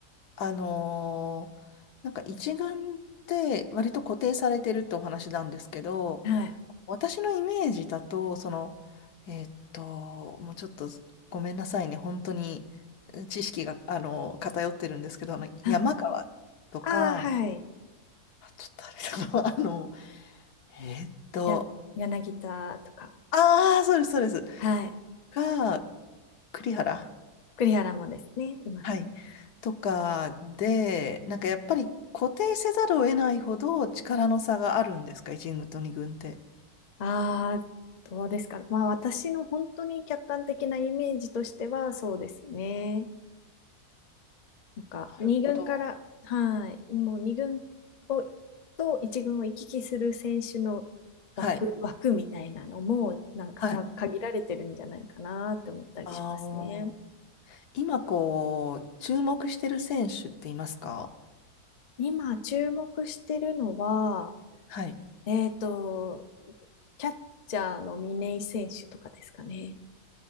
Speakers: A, on the left; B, on the left.
A: あのーなんか一眼って割と固定されてるってお話なんですけど、
B: はい。
A: 私のイメージだと、その、えーっと、もうちょっとごめんなさいね、本当にえー知識が、あのー偏ってるんですけど、あの、
B: <laughs>
A: 山川とか、
B: ああー、はい。
A: あ、ちょっとあれだな、<laughs> あの、えーっと、
B: や、柳田とか、
A: ああ、そうです、そうです。
B: はい。
A: が、栗原。
B: 栗原もですね、いますね。
A: はい。とかで、なんかやっぱり固定せざるを得ないほど力の差があるんですか、1軍と2軍って。
B: ああ、どうですかね。まあ私の本当に客観的なイメージとしてはそうですね。なんか2軍から、
A: なるほど。
B: はい、もう2軍をと1軍を行き来する選手の枠、
A: はい。
B: 枠みたいなのもなんかが限られてるんじゃないかなって思ったりしますね。
A: はい。ああ。今こう、注目してる選手っていますか
B: 今注目してるのは、
A: はい。
B: えっと、キャッチャーの嶺井選手とかですかね。